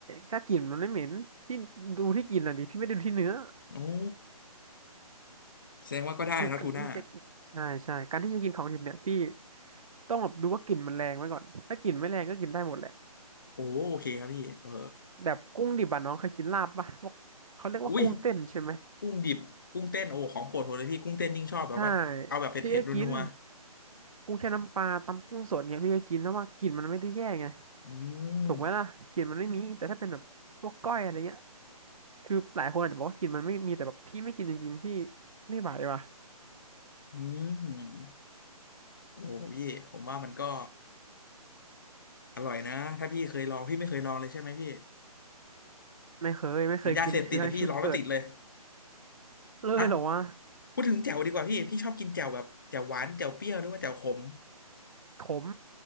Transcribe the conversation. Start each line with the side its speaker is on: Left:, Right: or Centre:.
Right: ถ้ากลิ่นมันไม่เหม็นพี่ดูที่กลินอ่ะดิพี่ไม่ได้ดูที่เนื้อ
Left: โอ้แสดงว่าก็ได้นะทูน่า
Right: คือการที่จะใช่ใช่การที่จะกินของดิบเนี่ยพี่ต้องแบบดูว่ากลิ่นมันแรงไว้ก่อนถ้ากลิ่นไม่แรงก็กินได้หมดแหละ
Left: โอ้โอเคครับพี่เออ
Right: แบบกุ้งดิบอะน้องเคยกินลาบปะพวกเขาเรียกว่ากุ้งเต้นใช่ไหม
Left: อุ้ยกุ้งดิบกุ้งเต้นโอ้ของโปรดผมเลยพี่กุ้งเต้นยิ่งชอบแบบว่าเอาแบบเผ็ดๆนัว
Right: ใช่พี่ก็กิน กุ้งแช่น้ำปลาตำกุ้งสดเนี่ยพี่ก็กินเพราะว่ากลิ่นมันไม่ได้แย่ไง
Left: ๆอื
Right: ถูกไหมล่ะกลิ่นมันไม่มีแต่ถ้าเป็นแบบพวกก้อยอะไรเงี้ย
Left: ม
Right: คือหลายคนอาจจะบอกว่ากลิ่นมันไม่มีแต่แบบพี่ไม่กินจริงๆพี่ไม่ไหวว่ะ
Left: อืม โอ้โหพี่ผมว่ามันก็อร่อยนะถ้าพี่เคยลองพี่ไม่เคยลองเลยใช่ไหมพี่
Right: ไม่เคยไม่เคยกินคือทั้งชีวิตเกิด
Left: เหมือนยาเสพติดแต่พี่ลองแล้วติดเลย
Right: เลยเหรอวะ
Left: อ่ะพูดถึงแจ่วดีกว่าพี่พี่ชอบกินแจ่วแบบแจ่วหวานแจ่วเปรี้ยวหรือว่าแจ่วขม
Right: ขม